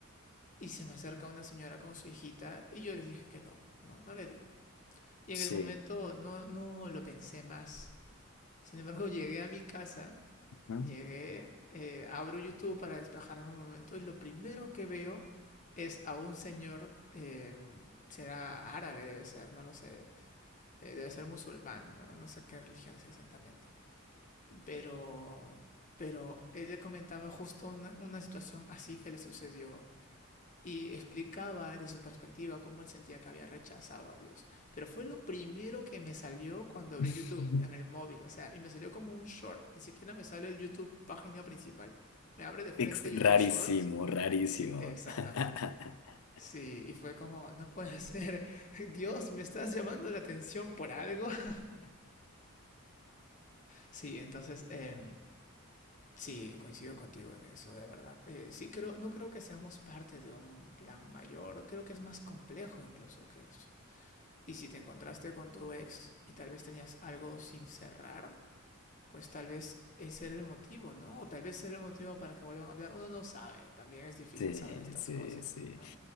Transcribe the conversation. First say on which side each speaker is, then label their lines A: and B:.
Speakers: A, on the left (about 35°); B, on the left (about 85°).
A: y se me acerca una señora con su hijita, y yo les dije que no, no, no le di. Y
B: sí.
A: en el momento no, no lo pensé más. Sin embargo, llegué a mi casa,
B: Ujú.
A: llegué, eh, abro YouTube para despejarme un momento y lo primero que veo es a un señor, eh, será árabe, debe ser, no lo sé, eh, debe ser musulmán, ¿no? no sé qué religión es exactamente. Pero, pero él le comentaba justo una, una situación así que le sucedió y explicaba desde su perspectiva cómo él sentía que había rechazado a Dios. Pero fue lo primero que me salió cuando abrí
B: <laughs>
A: YouTube en el móvil, o sea, y me salió como un short, ni siquiera me sale el YouTube página principal. Me abre de frente
B: Ex-
A: YouTube
B: Rarísimo,
A: Shorts.
B: rarísimo.
A: Sí, exactamente.
B: <laughs>
A: Sí, y fue como, no puede <laughs> ser, Dios, me estás llamando la atención por algo. <laughs> Sí, entonces, eh, sí, coincido contigo en eso, de verdad. Eh, sí, creo, no creo que seamos parte de un plan mayor, creo que es más complejo incluso que eso. Y si te encontraste con tu ex y tal vez tenías algo sin cerrar, pues tal vez ese era el motivo, ¿no? O tal vez ese era el motivo para que vuelvan a hablar. Uno no sabe, también es difícil
B: Sí,
A: saber estas
B: sí,
A: cosas,
B: sí.
A: ¿no?